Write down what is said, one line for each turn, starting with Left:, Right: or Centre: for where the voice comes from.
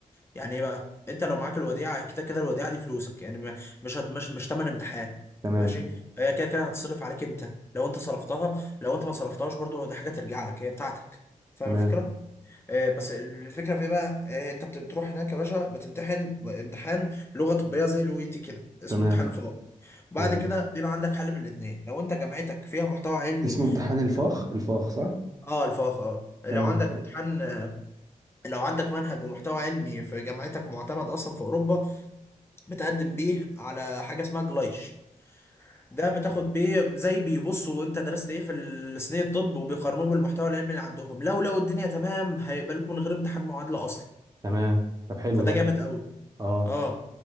Left: يعني ايه بقى انت لو معاك الوديعه كده كده الوديعه دي فلوسك يعني ما- مش هت- مش مش تمن امتحان
Right: تمام
Left: ماشي هي كده كده هتصرف عليك انت لو انت صرفتها لو انت ما صرفتهاش برضو دي حاجه ترجع لك هي بتاعتك فاهم
Right: تمام
Left: الفكره آه، بس الفكره في ايه بقى آه، انت بت- بتروح هناك يا باشا بتمتحن امتحان لغه طبيه زي الاو اي تي كده اسمه
Right: تمام
Left: امتحان الفاق بعد
Right: تمام
Left: كده بيبقى عندك حل من الاثنين لو انت جامعتك فيها محتوى علمي
Right: اسمه امتحان
Left: بت-
Right: الفاخ الفاخ صح
Left: اه الفاق اه لو
Right: تمام
Left: عندك
Right: آه.
Left: امتحان آه، لو عندك منهج ومحتوى علمي في جامعتك معتمد اصلا في اوروبا بتقدم بيه على حاجه اسمها جلايش ده بتاخد بيه زي بيبصوا انت درست ايه في السنين الطب وبيقارنوه بالمحتوى العلمي اللي عندهم لو لقوا الدنيا تمام هيقبلوك من غير امتحان معادله اصلا
Right: تمام طب حلو
Left: فده
Right: ده
Left: جامد قوي
Right: اه
Left: اه